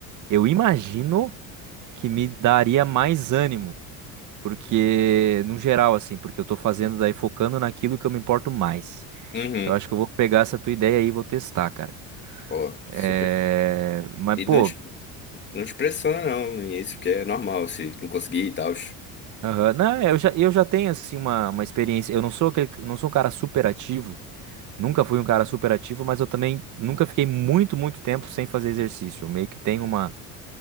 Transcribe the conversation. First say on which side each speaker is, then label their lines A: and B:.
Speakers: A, on the right; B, on the left.
A: eu imagino que me daria mais ânimo, porque, no geral, assim, porque eu tô fazendo daí focando naquilo que eu me importo mais.
B: Uhum.
A: Eu acho que eu vou pegar essa tua ideia aí e vou testar, cara.
B: Ó,
A: É...
B: super. fun.
A: Mas,
B: E
A: pô.
B: não te, não te pressiona, não. Isso porque é normal, se não conseguir e tal.
A: Aham. Não, eu já, eu já tenho assim uma, uma experiência. Eu não sou aquele, não sou um cara super ativo, nunca fui um cara super ativo, mas eu também nunca fiquei muito, muito tempo sem fazer exercício. Eu meio que tenho uma,